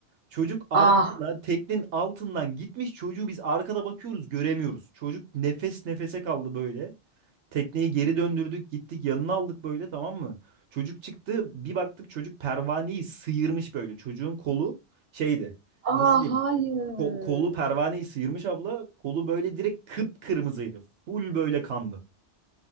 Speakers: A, on the right; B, on the right.
A: Çocuk arkasına
B: ah,
A: teknenin altından gitmiş. Çocuğu biz arkada bakıyoruz göremiyoruz. Çocuk nefes nefese kaldı böyle. Tekneyi geri döndürdük gittik yanına aldık böyle tamam mı? Çocuk çıktı bir baktık çocuk pervaneyi sıyırmış böyle. Çocuğun kolu şeydi
B: ah,
A: nasıl diyeyim
B: hayır.
A: ko- kolu pervaneyi sıyırmış abla. Kolu böyle direkt kıpkırmızıydı. Full böyle kandı.